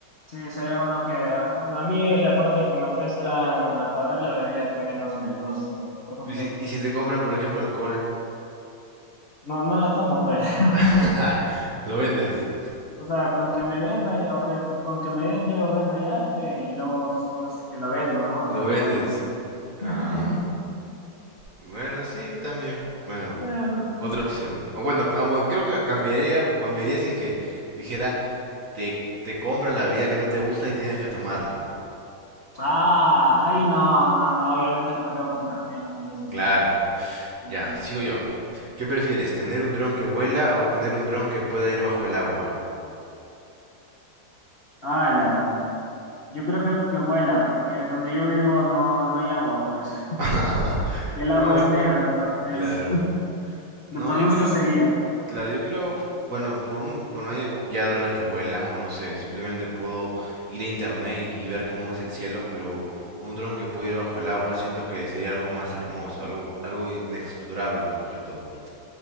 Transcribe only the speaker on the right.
¿Y si, y si te compran, por ejemplo, alcohol?
<laughs> Lo vendes,
lo
vendes.
Ah, bueno, sí, también. Bueno,
otra opción. O bueno, ca- bueno, creo que cambiaría, cambiaría si es que dijera, te, te compran la bebida que no te gusta y tienes que tomarla.
Claro,
ya, sigo yo. ¿Qué prefieres, tener un dron que vuela o tener un dron que pueda ir bajo el agua?
<laughs>
No,
claro.
No,
yo
creo,
Claro, yo creo, bueno, por un, bueno, hay ya drones que vuelan o no sé, simplemente puedo ir a internet y, y ver cómo es el cielo, pero un dron que puede ir bajo el agua siento que sería algo más hermoso, algo, algo inexplorable más que todo.